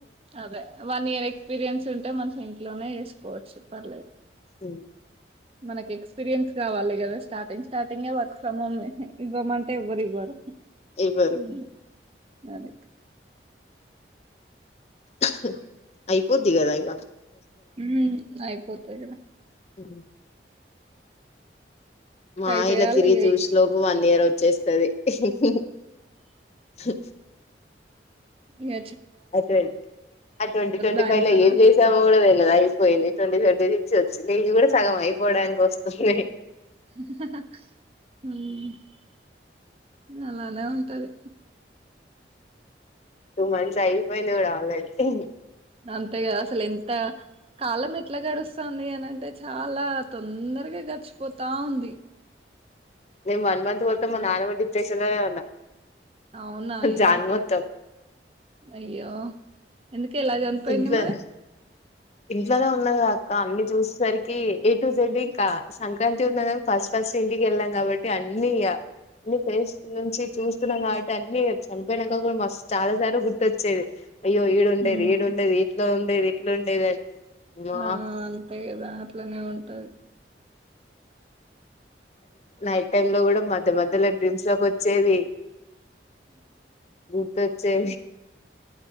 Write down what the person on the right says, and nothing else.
అదే వన్ ఇయర్ ఎక్స్పీరియన్స్ ఉంటే మంచి ఇం ట్లోనే చేస్కోవచ్చు పర్లేదు
మనకి ఎక్స్పీరియన్స్ కావాలి కదా స్టార్టింగ్ స్టార్టింగే వర్క్ ఫ్రమ్ హోమ్ ఇవ్వమ ఎవరు ఇవ్వరు
ఊ అది
ఊ అయిపోత్ తె కద
ట్రై చేయాలి
ఇక
ఇగ
బెంగళూరు
హహహహ ఊ అలానే ఉంటది
నంతె గద అసలు ఎం టీ కాలమే ఎట్లా గడుస్తుంది అని అంటే చాలా తొందరగా గడిచిపోతా ఉంది
అవునా అయ్యో
అయ్యో ఎందు ఎలా చనిపోయింది
మరి
ఉమ్
ఆ అంతే కదా అట్లనే ఉంటది